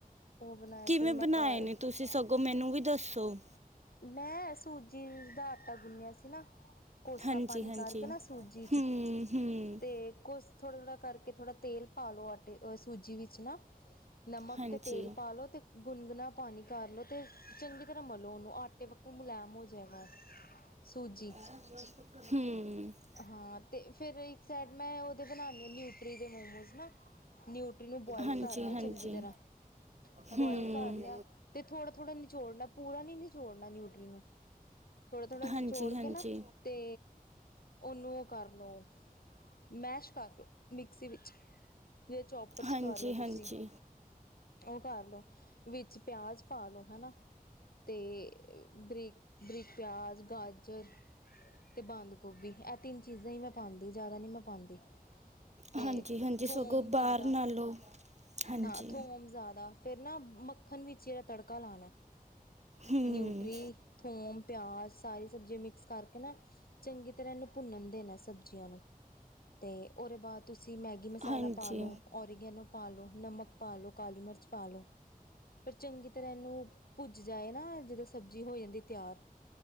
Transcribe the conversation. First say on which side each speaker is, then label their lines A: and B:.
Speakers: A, on the left; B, on the right.
A: ਉਹ ਬਣਾਏ
B: ਕਿਵੇਂ
A: ਫਿਰ ਮੈਂ
B: ਬਣਾਏ
A: ਘਰ
B: ਨੇ ਤੁਸੀਂ? ਤੁਸੀਂ ਸਗੋਂ ਮੈਨੂੰ ਵੀ ਦੱਸੋ।
A: ਮੈਂ ਸੂਜੀ ਦਾ ਆਟਾ ਗੁਨ੍ਹਿਆ ਸੀ ਨਾ। ਕੋਸਾ
B: ਹਾਂਜੀ
A: ਪਾਣੀ
B: ਹਾਂਜੀ
A: ਕਰਕੇ ਨਾ ਸੂਜੀ
B: ਹੂੰ
A: ਚ
B: ਹੂੰ
A: ਤੇ ਕੋਸ ਥੋੜ੍ਹਾ-ਥੋੜ੍ਹਾ ਕਰਕੇ ਥੋੜ੍ਹਾ ਤੇਲ ਪਾਲਓ ਆਟੇ ਹ ਸੂਜੀ ਵਿੱਚ ਨਾ। ਨਮਕ
B: ਹਾਂਜੀ
A: ਤੇ ਤੇਲ ਪਾ ਲਓ ਅਤੇ ਗੁਨਗੁਣਾ ਪਾਣੀ ਕਰ ਲਉ ਅਤੇ ਚੰਗੀ ਤਰ੍ਹਾਂ ਮਲੋ ਉਨੂੰ ਆਟੇ ਵਕਤ ਮੁਲੈਮ ਹੋ ਜੇਗਾ ਸੂਜੀ
B: ਹਂ।
A: ਹਾਂ ਤੇ ਫਿਰ ਇੱਕ ਸਾਈਡ ਮੈਂ ਉਹਦੇ ਬਣਾਣੀ ਨਿਊਟਰੀ ਦੇ ਮੋਮੋਜ਼ ਨਾ। ਨਿਊਟਰੀ ਨੂੰ ਬੋਆਇਲ
B: ਹਾਂਜੀ
A: ਕਰ
B: ਹਾਂਜੀ
A: ਲਿਆ ਚੰਗੀ ਤਰ੍ਹਾਂ
B: ਹੂੰ
A: ਬੋਇਲ ਕਰ ਲਿਆ ਤੇ ਥੋੜਾ-ਥੋੜ੍ਹਾ ਨਿਚੋੜਨਾ ਪੂਰਾ ਨੀਂ ਨਿਚੋੜਨਾ ਨਿਊਟਰੀ ਨੂੰ। ਥੋੜ੍ਹਾ-ਥੋੜ੍ਹਾ ਨਿਚੋੜ
B: ਹਾਂਜੀ ਹਾਂਜੀ
A: ਕੇ ਨਾ ਤੇ ਉਨੂੰ ਉਹ ਕਰ ਲਓ, ਮੈਸ਼ ਕਰ ਲਓ ਮਿਕਸੀ ਵਿੱਚ। ਜੇ ਚੋਪਰ ਚ
B: ਹਾਂਜੀ
A: ਕਰ ਲਓ ਤੁਸੀਂ।
B: ਹਾਂਜੀ
A: ਉਹ ਕਰ ਲੋ ਵਿੱਚ ਪਿਆਜ ਪਾ ਲੋ ਹਨਾਂ ਤੇ ਅ ਬਰੀਕ-ਬਰੀਕ ਪਿਆਜ਼, ਗਾਜਰ ਤੇ ਬੰਦ ਗੋਭੀ ਇਹ ਤਿੰਨ ਚੀਜ਼ਾਂ ਈ ਮੈਂ ਪਾਂਦੀ ਜ਼ਿਆਦਾ ਨ੍ਹੀਂ ਮੈਂ ਪਾਂਦੀ। ਤੇ
B: ਹਾਂਜੀ ਹਾਂਜੀ
A: ਥੋਮ
B: ਸਗੋਂ ਬਾਹਰ
A: ਜ਼ਿਆਦਾ
B: ਨਾਲੋਂ ਹਾਂਜੀ
A: ਹਾਂ ਥੋਮ ਜ਼ਿਆਦਾ। ਫੇਰ ਨਾ ਮੱਖਣ ਵਿੱਚ ਏਦਾ ਤੜਕਾ ਲਾਣਾ
B: ਹੂੰ
A: ਨਿਊਟਰੀ, ਥੋਮ ਪਿਆਜ ਸਾਰੀ ਸਬਜ਼ੀਆਂ ਮਿਕਸ ਕਰਕੇ ਨਾ ਚੰਗੀ ਤਰ੍ਹਾਂ ਇਨੂੰ ਭੁੰਨਣ ਦੇਣਾ ਸਬਜ਼ੀਆਂ ਨੂੰ। ਤੇ ਓਦੇ ਬਾਅਦ ਤੁਸੀਂ ਮੈਗੀ ਮਸਾਲਾ
B: ਹਾਂਜੀ
A: ਪਾਲੋ। ਓਰੀਗੈਨੋ ਪਾ ਲੋ, ਨਮਕ ਪਾਲੋ, ਕਾਲੀ ਮਿਰਚ ਪਾ ਲੋ। ਫਿਰ ਚੰਗੀ ਤਰ੍ਹਾਂ ਇਨੂੰ ਭੁੱਜ ਜਾਏ ਨਾ ਜਦੋਂ ਸਬਜ਼ੀ ਹੋ ਜਾਂਦੀ ਤਿਆਰ।